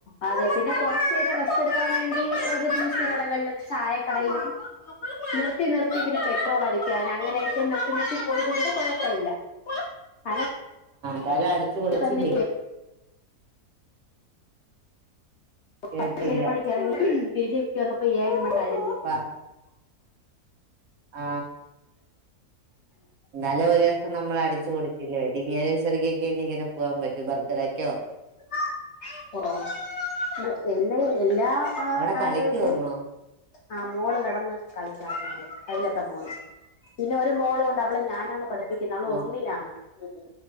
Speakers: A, on the left; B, on the right.
A: അതൊക്കെ പിന്നെ കുറച്ച നേരം റെസ്റ്റ് ടുക്കാൻ വേണ്ടി ഒരു ചുസ് കടകളിലും ചായക്കടയിലും നിർത്തി നിർത്തി പിന്നെ പെട്രോൾ അടിക്കാൻ അങ്ങനെയൊക്കെ നിർ വെള്ളത്തിൽപോയ തോണ്ട് കുഴപ്പമില്ല,
B: എന്നാലും അടിച്ചു പൊളിച്ചില്ല
A: തന്നെ
B: കേട്ടില്ല
A: പത്തര മണിക്ക് <unintelligible> ഇറങ്ങി തിരികെ കേറണ്ട. ഇ ഏ മട്ട <unintelligible>
B: വ ആ ഇന്നലെ ഒരു ദിവസം നമ്മൾ അടിച്ചച്ച് പൊളിച്ചില്ലേ വെഡിംങ് ആനിവേഴ്‌സ് തിരികെ കേറ്റി ഇങ്ങനെ പോകാൻ പറ്റു ബർത്ത് ഡേക്കോ
A: ങ <unintelligible> എല്ല എല്ലാ ആ
B: അവിടെ
A: ആനിവേഴ്സറി.
B: കളിക്ക് വന്നോ
A: ആ മോള് കിടന്ന് കളിക്കാ മോള് അയിലത്തെ മോള് പിന്നെ ഒരു മോള് ഒ അവളെ ഞാനാണ് പഠിപ്പിക്കുന്നത് അവള്
B: ആഹ്
A: ഒന്നിലാണ്. ഉം